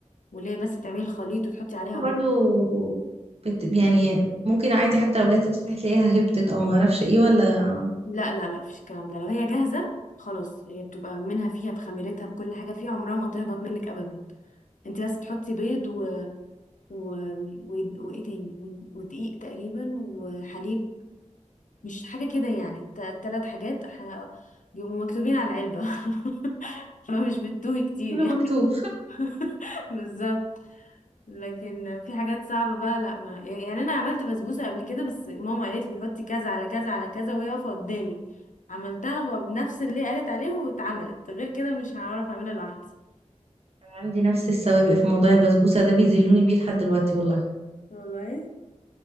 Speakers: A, on the left; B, on the right.
A: واللي هي بس تعملي الخليط وتحطي عليها بيض
B: برضو بت... يعني ممكن عادي حتى لو جت تفتح تلاقيها هبطت او ما اعرفش ايه ولا
A: لا لا لا مفيش الكلام ده لو هي جاهزة خلاص هي بتبقى منها فيها بخميرتها بكل حاجة فيها عمرها ما تهبط منك أبدا انت بس تحطي بيض و... و... و... وإيه تاني و- ودقيق تقريبا وحليب مش حاجة كده يعني تا- تلات حاجات ح... بيبقوا مكتوبين على العلبة <laughs> فمش بتتوه كتير
B: كله
A: يعني
B: مكتوب
A: <laughs> بالظبط لكن في حاجات صعبة بقى لا ما يعني يعني أنا عملت بسبوسة قبل كده بس ماما قالت لي حطي كذا على كذا على كذا وهي واقفة قدامي عملتها بنفس اللي قالت عليه واتعملت غير كده مش هعرف أعملها لوحدي
B: عندي نفس السوابق في موضوع البسبوسه ده بيذلوني بيه لحد دلوقتي والله
A: والله